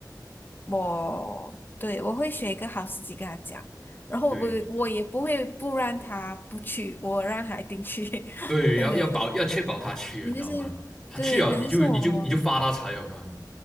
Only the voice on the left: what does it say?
我对我会选一个好时机跟他讲，然后我不我也不会不让他不去，
我让他一定去。<laughs>
对，
可能就是对，
可能就是我。